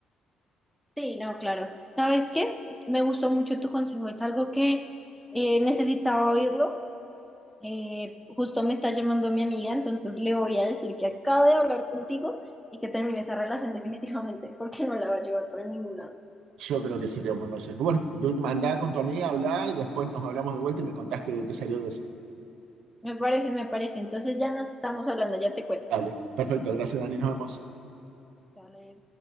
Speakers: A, in the centre; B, on the right (about 75°).
A: Sí, no, claro. ¿Sabes qué? Me gustó mucho tu consejo, es algo que eh, necesitaba oírlo. Eh, justo me está llamando mi amiga, entonces le voy a decir que acabo de hablar contigo y que termine esa relación definitivamente, porque no la va a llevar para ningún lado.
B: Yo creo que sería un buen consejo. Bueno, de última andá con tu amiga, hablá y después nos hablamos de vuelta y me contás qué, qué salió de eso.
A: Me parece, me parece. Entonces ya nos estamos hablando, ya te cuento.
B: Dale, perfecto, gracias Dani, nos vemos.
A: Dale.